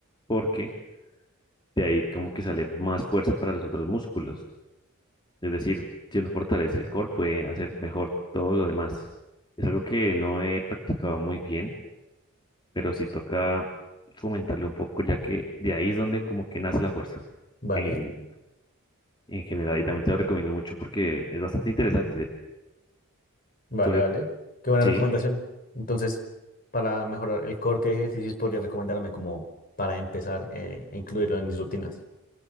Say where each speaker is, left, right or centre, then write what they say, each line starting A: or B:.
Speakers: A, on the left (about 20°); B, on the left (about 40°).
A: porque de ahí como que sale más fuerza para los otros músculos. Es decir, si uno fortalece el core, puede hacer mejor todo lo demás. Es algo que no he practicado muy bien, pero sí toca fomentarlo un poco, ya que de ahí es donde como que nace la fuerza
B: Vale,
A: en, en general. Y también te lo recomiendo mucho porque es bastante interesante.
B: vale,
A: Sobre,
B: vale. Qué buena
A: sí,
B: recomendación. Entonces, para mejorar el core, ¿qué ejercicios podría recomendarme como para empezar eh, a incluirlo en mis rutinas?